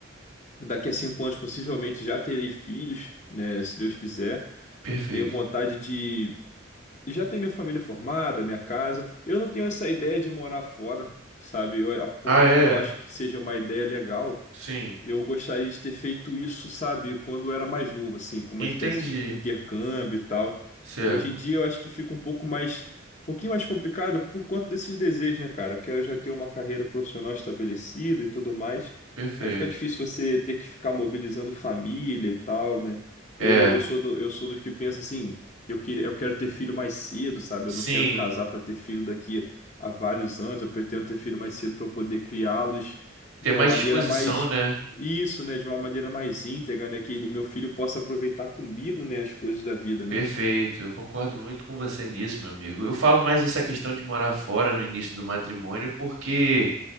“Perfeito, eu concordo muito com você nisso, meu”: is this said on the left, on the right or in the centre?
Right